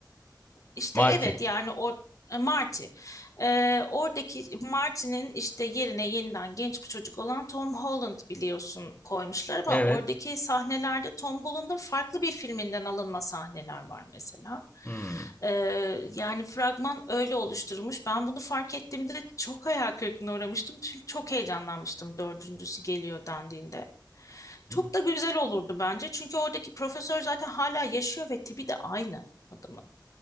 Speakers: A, on the left; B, on the left.
A: işte
B: Marty.
A: evet yani o e, Marty. Ee, oradaki Marty'nin işte yerine yeniden genç bir çocuk olan Tom Holland biliyorsun koymuşlar ama
B: Evet.
A: oradaki sahnelerde Tom Holland'ın farklı bir filminden alınma sahneler var mesela.
B: Hmm.
A: Ee, yani fragman öyle oluşturulmuş. Ben bunu fark ettiğimde çok hayal kırıklığına uğramıştım. Çünkü çok heyecanlanmıştım dördüncüsü geliyor dendiğinde.
B: Hmm.
A: Çok da güzel olurdu bence. Çünkü oradaki profesör zaten hala yaşıyor ve tipi de aynı adamın.